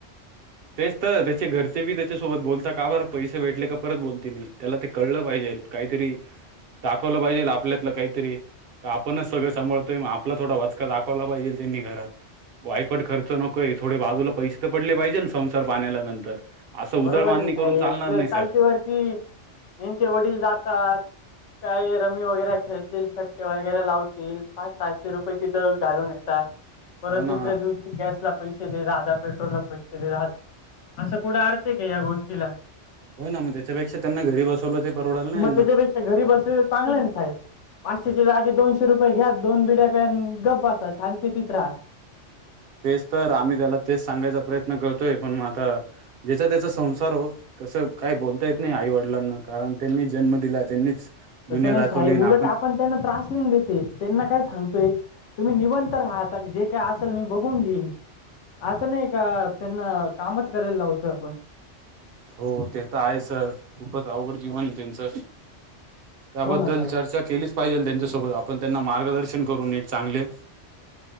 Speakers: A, on the right (about 65°); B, on the left (about 80°).
A: तेच तर त्याचे घरचे बी त्याच्यासोबत बोलता का बरं पैसे भेटले का परत बोलते नाही त्याला ते कळलं पाहिजेल. काहीतरी दाखवलं पाहिजे आपल्यातलं काहीतरी का आपणच सगळं सांभाळतोय आपला थोाचका दाखवला पाहिजे त्यांनी घरात वायफट खर्च नकोय थोडे बाजूला पैसे तर पडले पाहिजे संसार पाण्याला नंतर असं उदळ
B: बरोबर
A: मानणी
B: आहे साहेब
A: करून चालणार
B: ज
A: नाही सर
B: चालती वरती यांचे वडील जातात. काही रमी वगैरे खेळतील सटके वगैरे लावतील पाच सहाशे रुपये तिथं घालून येत. ह. परत
A: हो ना
B: दुसऱ्या दिवशी गॅसला पैसे दे द पेट्रोलला पैसे दे द असं कुठं अर्थ का या गोष्टीला
A: हो ना मग त्याच्यापेक्षा त्यांना घरी बसवलं ते परवडाल ना
B: मग
A: यांना
B: घरी बसले तर चांगले ना साहेब पाचशेचे जागे दोनशे रुपये घ्या दोन बिड्या प्या गप्प असा शांती तित राहा.
A: तेच तर आम्ही त्याला तेच सांगायचा प्रयत्न करतोय पण मग आता ज्याचा त्याचा संसार हो. कसं काही बोलता येत नाही आईवडिलांना कारण त्यांनी जन्म दिला त्यांनीच
B: तसं
A: दुनिया
B: नाही
A: दाखवली
B: साईब
A: ना
B: उलट आपण त्यांना त्रास नाहीन देते. त्यांना काय सांगतोय तुम्ही निबंंत राहता जे काय असेल मी बघून घेईल. असं नाही का त्यांना कामच करायला लावतं आपण
A: हो ते तर आहे सर खूपच अवघड जीवन त्यांचं त्याबद्दल
B: हो ना साहेब.
A: चर्चा केलीच पाहिजेल त्यांच्यासोबत आपण त्यांना मार्गदर्शन करू नीट चांगले.